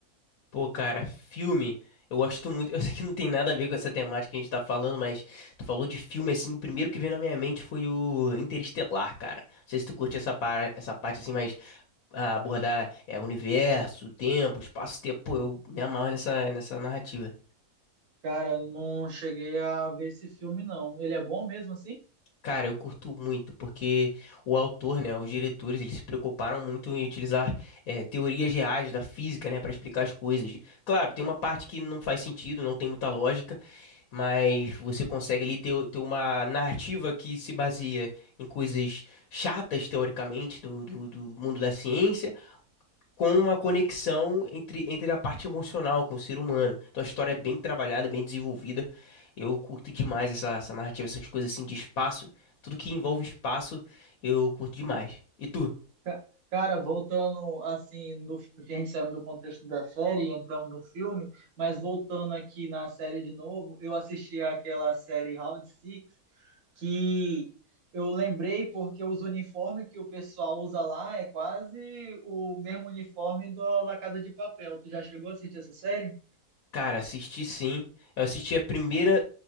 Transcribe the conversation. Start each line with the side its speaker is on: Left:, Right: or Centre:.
Left: Pô, cara, filme. Eu gosto muito. <laughs> Eu sei que não tem nada a ver com essa temática que a gente tá falando, mas tu falou de filme assim. O primeiro que veio na minha mente foi o Interestelar, cara. Não sei se tu curte essa, par- essa parte assim, mas. a abordar é, universo, tempo, espaço-tempo. Pô, eu me amarro nessa, nessa narrativa.
Right: Cara, eu não cheguei a ver esse filme, não. Ele é bom mesmo assim?
Left: Cara, eu curto muito, porque o autor, né, os diretores, eles se preocuparam muito em utilizar é, teorias reais da física, né, para explicar as coisas. Claro, tem uma parte que não faz sentido, não tem muita lógica, mas você consegue ali ter, ter uma narrativa que se baseia em coisas chatas, teoricamente, do, do do mundo da ciência com uma conexão entre, entre a parte emocional com o ser humano. Então a história é bem trabalhada, bem desenvolvida. Eu curto demais essa, essa narrativa, essas coisas assim de espaço. Tudo que envolve espaço, eu curto demais. E tu?
Right: Ca- Cara, voltando assim, no, que a gente saiu do contexto da série e entramos no filme, mas voltando aqui na série de novo, eu assisti aquela série Round Six que eu lembrei porque os uniformes que o pessoal usa lá é quase o mesmo uniforme da La Casa de Papel. Tu já chegou a assistir essa série?
Left: Cara, assisti sim. Eu assisti a primeira.